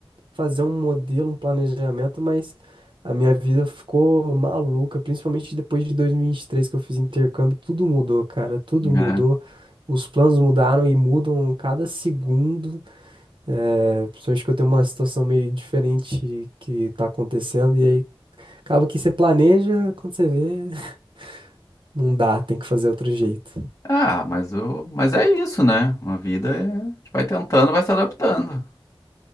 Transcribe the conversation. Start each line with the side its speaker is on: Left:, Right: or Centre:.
Right: fazer um modelo, um planejamento, mas a minha vida ficou maluca, principalmente depois de 2023 que eu fiz intercâmbio, tudo mudou, cara, tudo mudou.
Left: É.
Right: Os planos mudaram e mudam cada segundo, é, principalmente que eu tenho uma situação meio diferente que tá acontecendo, e aí acaba que você planeja, quando você vê, <laughs> não dá, tem que fazer outro jeito.
Left: Ah, mas, eu, mas é isso, né? A vida é, a gente vai tentando, vai se adaptando.